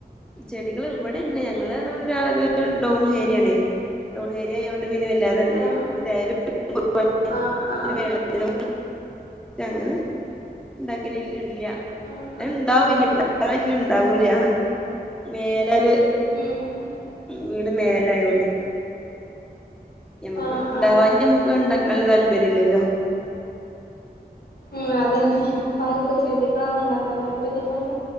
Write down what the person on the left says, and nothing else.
ആഹ്
ആഹ് ആഹ്
ഉം
ഉം ഉം
ആഹ്
ആഹ്
മ് അതെ. ഇപ്പ ആർക്കും ചെടികളൊന്നും ഉണ്ടാക്ക താല്പര്യല്ലല്ല.